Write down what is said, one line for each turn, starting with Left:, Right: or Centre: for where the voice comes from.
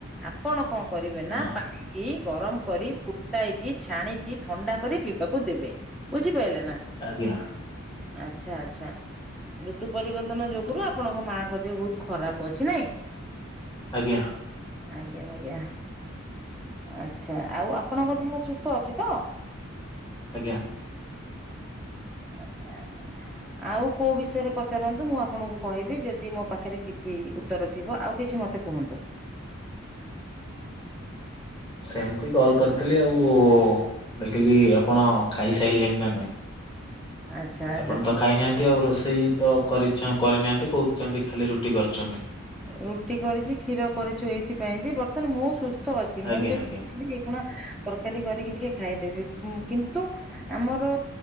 Centre: ଆପଣ କଣ କରିବେ
Left: ହଁ
Centre: ନା ପାଣି କି ଗରମ କରି ଫୁଟାଇକି, ଛାଣିକି, ଥଣ୍ଡା କରି ପିଇବାକୁ ଦେବେ। ବୁଝିପାଇଲେ ନା!
Left: ଆଜ୍ଞା।
Centre: ଆଚ୍ଛା, ଆଚ୍ଛା। ଋତୁ ପରିବର୍ତ୍ତନ ଯୋଗୁରୁ, ଆପଣଙ୍କ ମା'ଙ୍କ ଦେହ ବହୁତ ଖରାପ ଅଛି ନାଇଁ?
Left: ଆଜ୍ଞା।
Centre: ଆଜ୍ଞା, ଆଜ୍ଞା, ଆଚ୍ଛା, ଆଉ ଆପଣଙ୍କ ଦେହ ସୁସ୍ଥ ଅଛି ତ?
Left: ଆଜ୍ଞା।
Centre: ଆଛା। ଆଉ, କୋଉ ବିଷୟରେ ପଚାରନ୍ତୁ? ମୁଁ ଆପଣଙ୍କୁ କହିବି, ଯଦି ମୋ ପାଖରେ କିଛି ଉତ୍ତର ଥିବ। ଆଉ କିଛି ମତେ କୁହନ୍ତୁ।
Left: ସେମିତି କଲ୍ କରିଥିଲି ଆଉ-ଉ। ଦେଖିଲି ଆପଣ ଖାଇସାଇଲେଣି ନା ନାଇଁ?
Centre: ଆଚ୍ଛା ଆଚ୍ଛା।
Left: ଆପଣ ତ ଖାଇନାହାନ୍ତି। ଆଉ ରୋଷେଇ ତ କରିଛା କରିନାହାନ୍ତି, କହୁଛନ୍ତି ଖାଲି ରୁଟି କରୁଛନ୍ତି।
Centre: ରୁଟି କରିଛି କ୍ଷୀର କରିଛୁ, ଏଇଥିପାଇଁ ଯେ ବର୍ତ୍ତମାନ ମୁଁ ସୁସ୍ ତ ଅଛି, ମୁଁ
Left: ଆଜ୍ଞା
Centre: ଯଦି
Left: ଆଜ୍ଞା
Centre: <inaudible> କୁଣା ତରକାରୀ କରିକି ଟିକେ ଖାଇଦେବି। କିନ୍ତୁ ଆମର